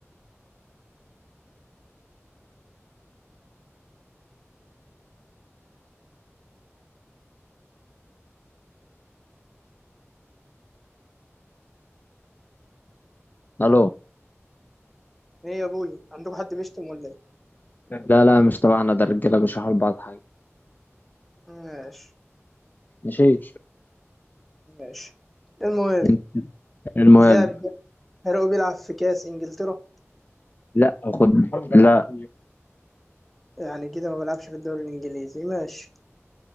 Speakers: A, on the left; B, in the centre.
A: الو
B: ايه يا ابوي عندكم حد بيشتم ولا ايه
A: لا لا مش تبعنا ده الرجاله بيشرحوا لبعض حاجه
B: ماشي
A: ماشي
B: ماشي المهم
A: عم؟ المهم
B: اللاعب ده فاروق بيلعب في كاس انجلترا
A: لا خد لا
B: يعني كده ما بيلعبش في الدوري الانجليزي ماشي